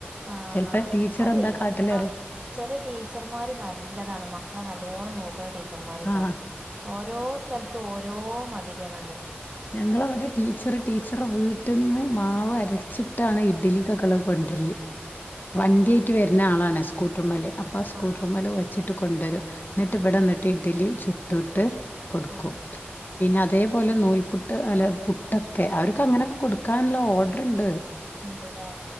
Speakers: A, on the right (about 30°); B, on the left (about 50°).
A: ആ
B: ചെലപ്പോ
A: ആ
B: ടീച്ചർ
A: അതെ
B: എന്താ കാട്ടലറിയോ
A: ആ ചില ടീച്ചർമാര് നല്ലതാണ് മക്കളെ നല്ലോണം ക്ക്ല്ലെ ടീച്ചർമാരുണ്ടാവും
B: ആഹ്
A: ഓരോ സ്ഥലത്തും ഓരോ മതിരിയണ്.
B: ഞങ്ങളവടെ ടീച്ചറ് ടീച്ചറെ വീട്ട്ന്ന് മാവ് അരച്ച ഇട്ടാണ് ഇഡ്ലി കക്കുളത്ത് കൊണ്ടുവരല്
A: തന്നെ
B: വണ്ട്യേയിട്ട് വരുന്ന ആളാണ് സ്കൂട്ടർ മല്. അപ്പ സ്കൂട്ടർ
A: ആഹ്
B: മലവച്ചി കൊണ്ടൊരും. ങ്ങട്ട് ഇവടെ
A: ആഹ്
B: വന്നിട്ട് ഇഡ്ലി. ചുട്ട് ട്ട് കൊടുക്കും.
A: ആഹ്
B: പിന്നെ അതേപോലെ നൂൽ പുട്ട് അല്ല പുട്ടൊക്കെ അവർക്ക് അങ്ങനെയൊക്കെ കൊടുക്കാല്ലൊ ഓഡറ് ഇണ്ട്.
A: ഉണ്ട്ല്ലേ